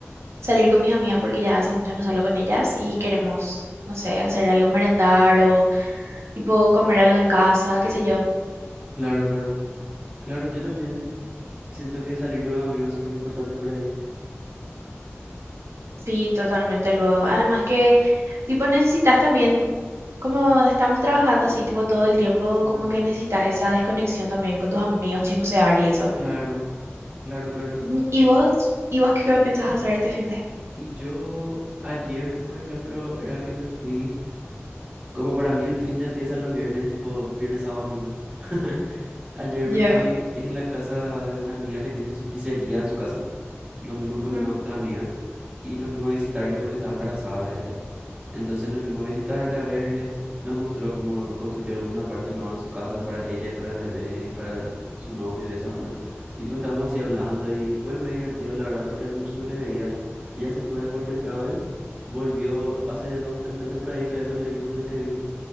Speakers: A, on the right (about 75°); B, on the right (about 30°).
A: salir con mis amigas porque ya hace mucho no salgo con ellas y queremos, no sé, hacer algo merendar o tipo comer algo en casa, qué sé yo.
B: Claro, claro. Claro, yo también siento que salir con los amigos es súper importante por ahí.
A: Sí, totalmente luego. Además que tipo necesitas también, como estamos trabajando así tipo todo el tiempo,
B: Ujú.
A: como que necesitas esa desconexión también con tus amigos, chismosear y eso.
B: Claro, claro, claro.
A: Ujú. ¿Y vos? ¿Y vos qué pensás hacer este fin de?
B: Y yo ayer, por ejemplo, era que me fui, como para mí el fin de empieza los viernes, tipo viernes, sábado, domingo. <laughs> Ayer
A: Ya.
B: me fui en la casa de una amiga que tiene su pizzería en su casa. Nos vimos
A: Ujú,
B: con una otra amiga. y nos fuimos a visitarle porque está embarazada ella. Entonces nos fuimos a visitarle, a verle, nos mostró cómo construyó una parte nueva en su casa para ella y para el bebé y para su novio y esa onda. Y tipo estábamos así hablando y fue muy divertido la verdad porque hace mucho no le veía. Ella se fue de Work and Travel, volvió hace dos o tres meses por ahí, todavía no le vimos desde que vino.